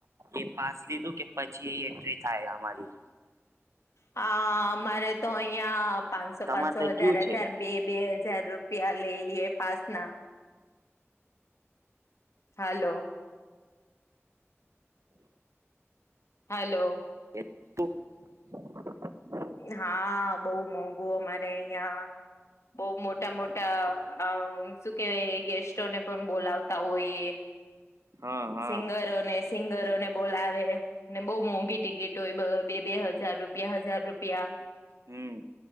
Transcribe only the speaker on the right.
એ પાસ લીધું કે પછી એ એન્ટ્રી થાય અમારી.
તમારે
તઈ કયું
છે?
એ <unintelligible>
હા હા
હમ